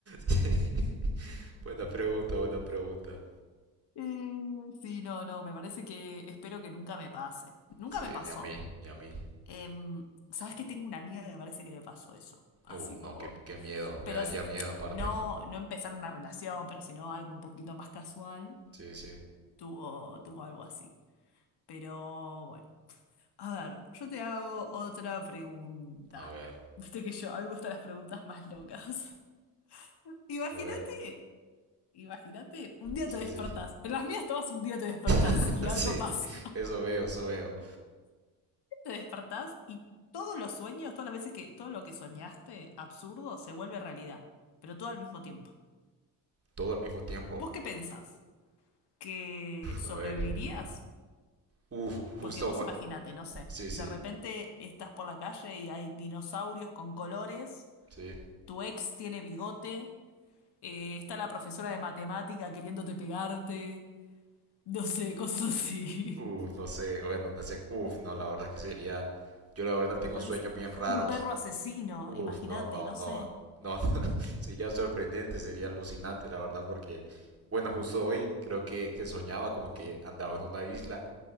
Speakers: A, on the right; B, on the left.
A: Sí. Buena pregunta, buena pregunta.
B: Mm, Sí, no, no, me parece que espero que nunca me pase. Nunca
A: Sí,
B: me pasó.
A: ni a mí, ni a mí.
B: Em, ¿sabes que tengo una amiga que me parece que le pasó eso? Así
A: Uf, no,
B: como,
A: qué, qué miedo, me
B: pero
A: daría
B: sí,
A: miedo en parte.
B: no, no empezar una relación, pero sino algo un poquito más casual,
A: Sí, sí.
B: tuvo, tuvo algo así. Pero bueno, a ver, yo te hago otra pregunta.
A: A ver,
B: Viste que yo, a mí me gustan las preguntas más locas. <laughs> Imagínate,
A: a ver.
B: imagínate, un día
A: Sí,
B: te despertás,
A: sí.
B: en las mías todas un día te despertás
A: <laughs>
B: y algo
A: Sí,
B: pasa.
A: eso veo, eso veo.
B: Te despertás y todos los sueños, todas las veces que todo lo que soñaste, absurdo, se vuelve realidad, pero todo al mismo tiempo.
A: Todo al mismo tiempo.
B: ¿Vos qué pensás? ¿Que sobrevivirías?
A: A ver. Uf, justo.
B: Porque vos
A: gua-
B: imagínate, no sé,
A: Sí, sí,
B: de repente estás por la calle y hay dinosaurios con colores,
A: sí.
B: tu ex tiene bigote, eh, está la profesora de matemática queriéndote pegarte, no sé, cosas así.
A: Uf,
B: <laughs>
A: no sé, bueno, no sé. Uf, no, la verdad que sería. Yo la verdad
B: Me
A: tengo
B: parece.
A: sueños bien raros.
B: Un perro asesino,
A: Uf,
B: imagínate,
A: no, no,
B: no
A: no,
B: sé.
A: no, <laughs> sería sorprendente, sería alucinante, la verdad, porque, bueno, justo hoy creo que, que soñaba como que andaba en una isla